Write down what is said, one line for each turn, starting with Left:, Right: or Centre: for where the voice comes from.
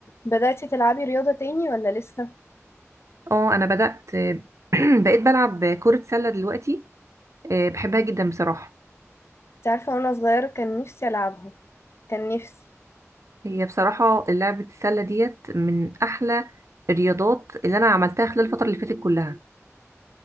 Left: بدأتي تلعبي رياضة تاني ولا لسه؟
Right: اه انا بدأت <clears throat> بقيت بلعب كرة سلة دلوقتي آه، بحبها جدا بصراحة
Left: انت عارفة وانا صغيرة كان نفسي ألعبها كان نفسي
Right: هي بصراحة لعبة السلة ديت من احلى الرياضات اللي انا عملتها خلال الفترة اللي فاتت كلها